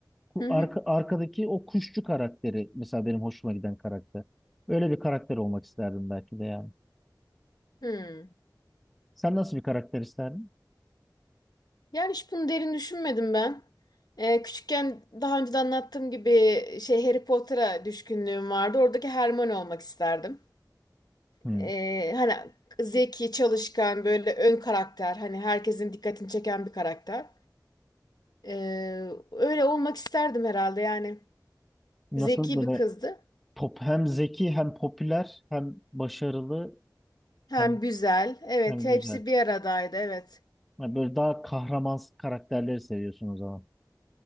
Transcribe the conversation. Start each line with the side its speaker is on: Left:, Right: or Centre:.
Centre: ku-
Left: Hı
Centre: arka,
Left: hı.
Centre: arkadaki o kuşçu karakteri mesela benim hoşuma giden karakter. Öyle bir karakter olmak isterdim belki de yani.
Left: Hı.
Centre: Sen nasıl bir karakter isterdin?
Left: Yani hiç bunu derin düşünmedim ben. Ee, küçükken daha önce de anlattığım gibi şey Harry Potter'a düşkünlüğüm vardı. Oradaki Hermione olmak isterdim.
Centre: Hmm.
Left: Ee, hani zeki, çalışkan, böyle ön karakter, hani herkesin dikkatini çeken bir karakter. Ee, öyle olmak isterdim herhalde yani.
Centre: Nasıl
Left: Zeki
Centre: böyle
Left: bir kızdı.
Centre: pop hem zeki hem popüler hem başarılı
Left: Hem
Centre: hem
Left: güzel. Evet,
Centre: hem
Left: hepsi
Centre: güzel.
Left: bir aradaydı. Evet.
Centre: Yani böyle daha kahraman karakterleri seviyorsun o zaman.